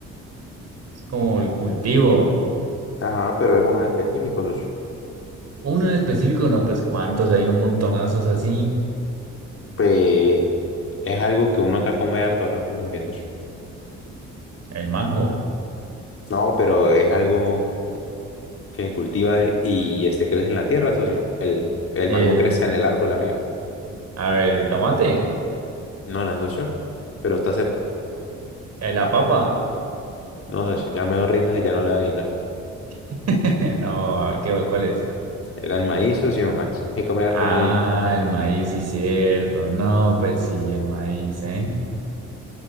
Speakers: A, on the right (about 55°); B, on the left (about 45°).
A: Es como el cultivo.
B: Ajá, pero es uno en específico, socio.
A: Uno en específico, no, pues cuántos, hay un montonazos así.
B: Pues es algo que uno acá come harto acá en Colombia, socio.
A: El mango.
B: No, pero es algo que cultiva eh, y este crece en la tierra, socio. El, el
A: El,
B: mango crece en el árbol arriba.
A: a ver, el tomate.
B: No, no, socio. Pero está cerca.
A: eh, La papa.
B: No, socio. Ya mejor rindas, ya no le va a adivinar.
A: <laughs> No, a ver, ¿qué, cuál es?
B: Era el maíz, socio. Aquí hay que comer harto
A: Ah,
B: maíz.
A: el maíz, sí, cierto. No, pues sí, el maíz, ¿eh?